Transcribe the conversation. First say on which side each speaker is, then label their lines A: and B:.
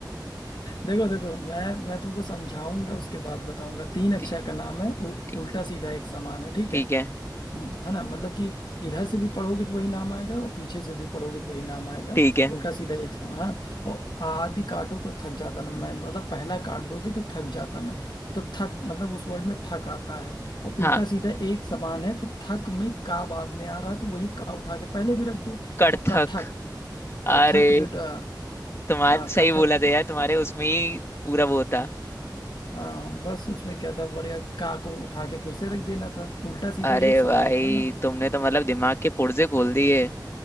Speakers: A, on the left; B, on the left.
A: देखो देखो मैं मैं तुमको समझाऊंगा उसके बाद बताऊंगा तीन
B: ठी-
A: अक्षर का नाम है उल,
B: ठी-
A: उल्टा सीधा एक समान है ठीक
B: ठीक
A: है
B: है
A: हाँ, है ना मतलब कि इधर से भी पढ़ोगे तो वही नाम आएगा और पीछे से भी पढ़ोगे तो वही नाम आएगा
B: ठीक है
A: उल्टा सीधा एक सा हाँ और आदि काटो तो थक जाता ना मैं मतलब पहला काट दोगे तो थक जाता मैं तो थक मतलब उस वर्ड में थक आता है और
B: हाँ
A: उल्टा सीधा एक समान है तो थक में का बाद में आ रहा है तो वही का उठा के पहले भी रख दो
B: कड़थक
A: तो कथक
B: अरे
A: कथक जो ड-
B: तुम्हारे
A: हाँ
B: सही
A: कथक
B: बोला था यार तुम्हारे उसमें ही पूरा वो था
A: हाँ बस उसमें क्या था बढ़िया का को उठा के फिर से रख देना था उल्टा सीधा
B: अरे
A: एक समान
B: भाई
A: था ना
B: तुमने तो मतलब दिमाग के पुर्जे खोल दिए